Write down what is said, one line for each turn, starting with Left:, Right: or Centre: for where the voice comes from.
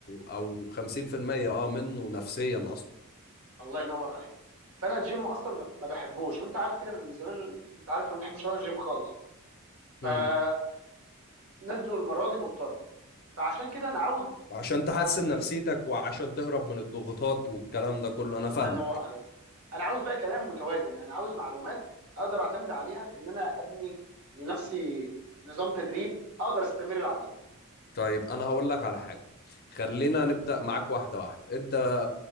Left: او 50% اه منه نفسيا اصلا
Right: الله ينور عليك فانا الجيم اصلا ما ما بحبوش وانت عارف كده انا من زمان انت عارف أنا ما بحبش اروح الجيم خالص فنزلوا
Left: امم
Right: المره دي مضطر فعشان كده انا عاوز
Left: عشان تحسن
Right: عارف انت ايه
Left: نفسيتك وعشان تهرب من الضغوطات والكلام ده كله انا
Right: الله
Left: فاهمك
Right: ينور عليك انا عاوز بقى كلام متوازن يعني عاوز معلومات اقدر اعتمد عليها في ان انا ابني لنفسي نظام تدريب اقدر استمر عليه
Left: طيب انا هقول لك على حاجة خلينا نبدأ معاك واحدة واحدة انت